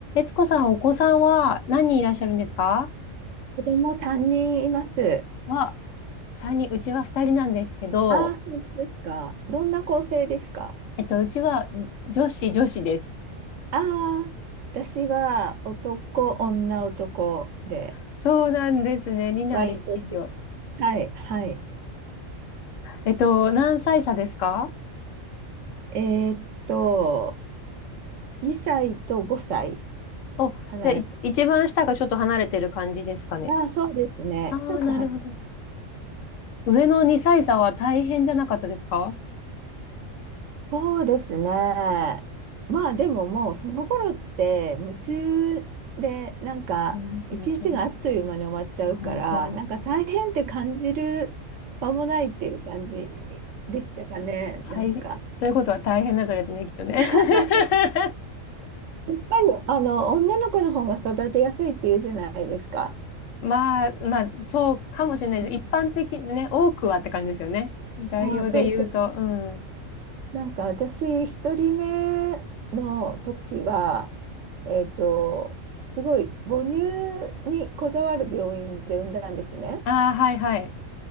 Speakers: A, on the left; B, on the right.
A: つこさん、お子さんは何人いらっしゃるんですか
B: 子供3人います。
A: は、三人、うちは二人なんですけど、
B: ああ、本当ですか。どんな構成ですか
A: えっと、うちは女子、女子です。
B: ああ、私は男、女、男で、
A: そうなんですね。二男一女。
B: 割と、はい、はい。
A: えっと、何歳差ですか
B: えーっと、2歳と5歳
A: お、
B: 離れてます。
A: じゃあ、い一番下がちょっと離れてる感じですかね。
B: ああ、そうですね。
A: ああ、
B: ちょっと離
A: なるほど。上の2歳差は大変じゃなかったですか
B: そうですね。まあでももうその頃って夢中でなんか一日があっという間に終わっちゃうからなんか大変って感じる間もないっていう感じでしたかね。
A: そうですね、そうですね本当に、本当に。大変、
B: なんか
A: ということは大変だったですね、きっとね。
B: <laughs>
A: <laughs>
B: やっぱりあの女の子の方が育てやすいっていうじゃないですか。
A: まあ、まあ、そうかもしれない。
B: うん
A: 一般的にね、多くはって感じですよね。概要で言うと、
B: ああ、そうそ
A: うん。
B: う。なんか私、一人目の時は、えっと、すごい母乳にこだわる病院で産んだんですね。
A: ああ、はいはい。